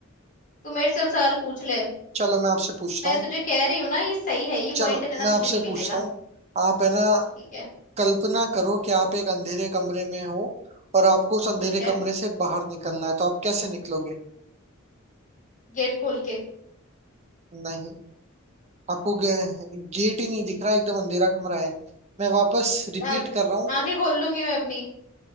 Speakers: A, on the left; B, on the right.
A: तू मेरे से सवाल पूछ ले
B: चलो मैं आपसे पूछता
A: मैं
B: हूँ
A: तुझे कह रही हूँ ना ये सही है ये
B: चलो
A: पॉइंट है ना
B: मैं
A: तुझे
B: आपसे
A: नहीं मिलेगा
B: पूछता हूँ आप है ना
A: ठीक है
B: कल्पना करो कि आप एक अंधेरे कमरे में हो और आपको उस अंधेरे
A: ठीक है
B: कमरे से बाहर निकलना है तो आप कैसे निकलोगे
A: गेट खोल के
B: नहीं आपको गेट ही नहीं दिख रहा है, एकदम अंधेरा कमरा है मैं वापस रिपीट
A: आ-
B: कर रहा हूँ
A: आंखें खोल लूंगी मैं अपनी